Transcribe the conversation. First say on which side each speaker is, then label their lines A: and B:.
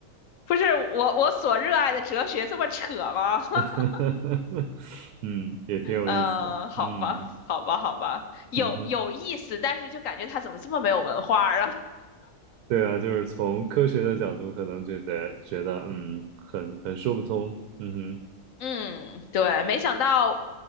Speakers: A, on the left; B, on the right.
A: 不是我我所热爱的哲学这么扯吗？<laughs>
B: <laughs> 嗯，也挺有意思的。
A: 嗯，好吧，
B: 嗯
A: 好吧，好吧，有有意思，
B: 嗯哼。
A: 但是就感觉他怎么这么没有文化啊？
B: 对啊，就是从科学的角度，
A: <laughs>
B: 可能觉得觉得嗯，很很说不通，嗯哼，
A: 嗯，对，没想到